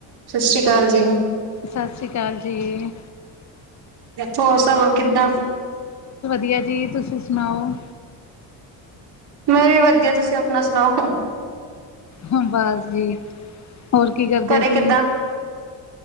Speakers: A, on the right; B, on the left.
A: ਸ਼ਸ ਸ੍ਰੀ ਕਾਲ ਜੀ।
B: ਸਤਿ ਸ੍ਰੀ ਅਕਾਲ ਜੀ
A: ਹੋਰ ਸਬ ਕਿੱਦਾਂ
B: ਵਧੀਅ ਜੀ ਤੁਸੀ ਸੁਣਾਓ।
A: ਮੈਂ ਵੀ ਵਧੀਆ ਤੁਸੀਂ ਅਪਣਾ ਸੁਣਾਓ।
B: ਹੂੰ ਬਸ ਜੀ ਹੋਰ ਕੀ ਕਰਦੇ
A: ਘਰੇ
B: ਸੀ।
A: ਕਿੱਦਾਂ